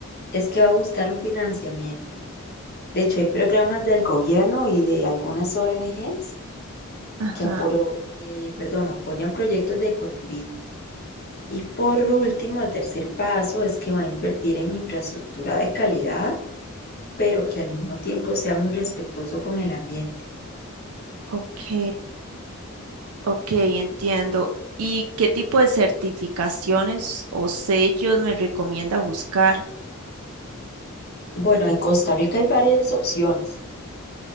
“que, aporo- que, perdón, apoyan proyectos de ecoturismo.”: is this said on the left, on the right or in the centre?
Left